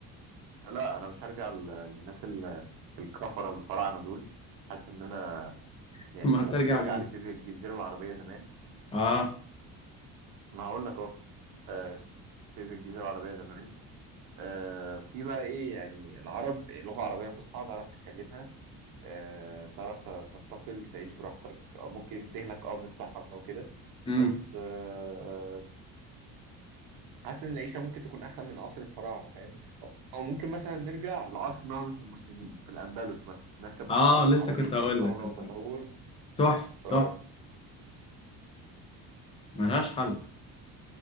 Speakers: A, on the right; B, on the left.
A: لا انا مش هرجع ل- للناس ال- الكفره الفراعنه دول حاسس ان
B: <laughs>
A: يعني
B: ما
A: ممكن
B: ترجع
A: ارجع
B: لمين
A: لشبه الجزيره العربيه زمان
B: اه
A: ما هقول لك اهو آه، ش- شبه الجزيره العربيه زمان آه، في بقى ايه يعني العرب لغه عربيه فصحى تعرف تتكلمها آه، تعرف ت- تنتقل تعيش براحتك ممكن تهلك اه من الصحراء وكده
B: امم
A: بس آه، حاسس ان العيشه ممكن تكون احسن من عصر الفراعنه فاهم او ممكن مثلا نرجع لعصر نهضه المسلمين في الاندلس مثلا الناس كانت بتتكلم
B: اه لسه
A: عربي
B: كنت
A: كان
B: هقول
A: نهضه
B: لك كنت
A: وتطور
B: هقول لك. تحفه
A: اه
B: تحفه ملهاش حل